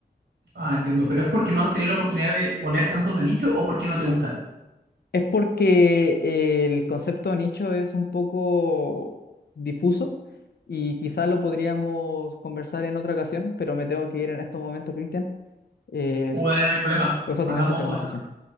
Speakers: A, on the right; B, on the left.
A: Ah, entiendo. ¿Pero es porque no has tenido la oportunidad de oler tantos de nicho o porque no te gustan?
B: Es porque eh, el concepto de nicho es un poco difuso y quizás lo podríamos conversar en otra ocasión, pero me tengo que ir en estos momentos, Cristian. Eh,
A: Uh, dale, no hay problema.
B: fue fascinante
A: Hablamos
B: esta conversación.
A: más